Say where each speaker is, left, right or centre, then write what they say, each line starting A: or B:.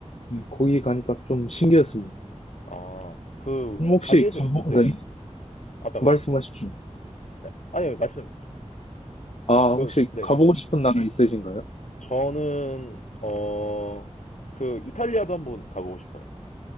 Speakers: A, on the left (about 65°); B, on the left (about 80°).
A: 음, 거기 가니까 좀 신기했습니다.
B: 아, 그,
A: 그럼 혹시
B: 발리에서,
A: 가보,
B: 네.
A: 네,
B: 어떤가요?
A: 말씀하십시오.
B: 네. 아니요, 말씀,
A: 아,
B: 뭐,
A: 혹시
B: 네.
A: 가보고 싶은 나라 있으신가요?
B: 저는, 어, 그, 이탈리아도 한번 가보고 싶어요.